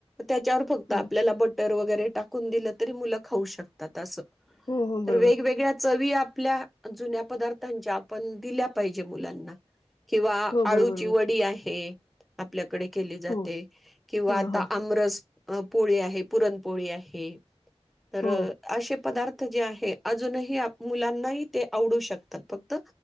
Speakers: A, in the centre; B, on the left.
A: त्याच्यावर फक्त
B: हो,
A: आपल्याला ब बटर वगैरे टाकून दिलं तरी मुलं खाऊ शकतात असं.
B: हो, हो.
A: तर
B: बरोबर.
A: वेगवेगळ्या चवी आपल्या जुन्या पदार्थच्या आपण दिल्या पाहिजे मुलांना. किंवा
B: हो, बरोबर,
A: आळूची
B: बरोबर.
A: वडी आहे. आपल्याकडे केली जाते
B: हो.
A: किंवा
B: हां, हां.
A: रसपोळी आहे पुरणपोळी आहे. तर
B: हो
A: असे पदार्थ जे अजूनही मुलांना ते आवडू शकतात फक्त